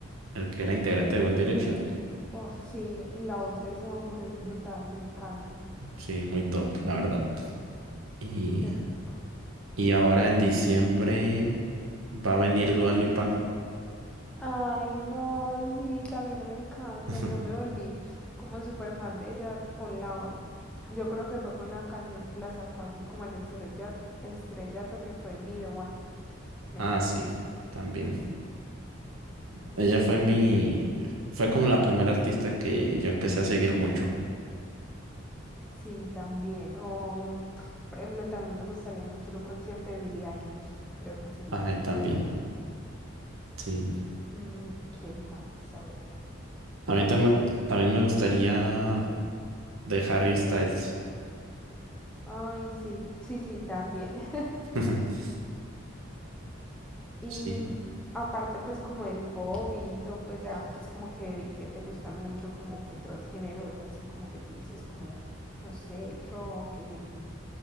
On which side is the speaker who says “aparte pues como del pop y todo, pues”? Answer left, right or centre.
Centre